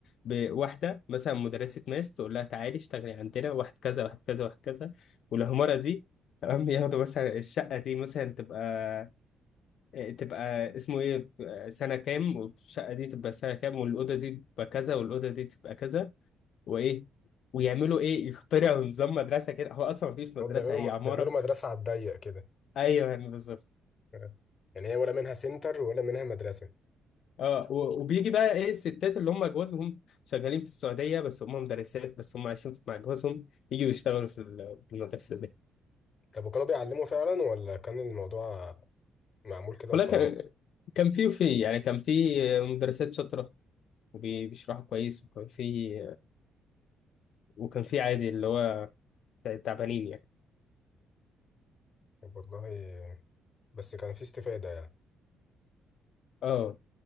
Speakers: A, on the left (about 65°); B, on the left (about 45°).
A: ب- واحدة مثلا مدرسة ماس تقول لها تعالي اشتغلي عندنا واحد كذا واحد كذا واحد كذا والعمارة دي تمام ياخدوا مثلا الشقة دي مثلا تبقى آه، تبقى اسمه ايه آه، سنة كام والشقة دي تبقى سنة كام والأوضة دي تبقى كذا والأوضة دي تبقى كذا وإيه ويعملوا إيه يخترعوا نظام مدرسة كده هو أصلا مفيش مدرسة
B: هو بيعملوا
A: هي عمارة
B: بيعملوا مدرسة على الضيق كده
A: أيوه يعني بالظبط
B: آه. يعني هي ولا منها سنتر ولا منها مدرسة
A: اه و- وبيجي بقى ايه الستات اللي هم جوازهم شغالين في السعودية بس هم مدرسات بس هم عايشين مع جوازهم يجوا يشتغولوا في ال- في المدرسة دي
B: طب وكانوا بيعلموا فعلا ولا كان الموضوع معمول كده
A: والله
B: وخلاص
A: كان كان في وفي يعني كان في مدرسات شاطرة وبيشرحوا كويس وكان في وكان في عادي اللي هو تعبانين يعني
B: طب والله بس كان في استفادة يعني
A: اه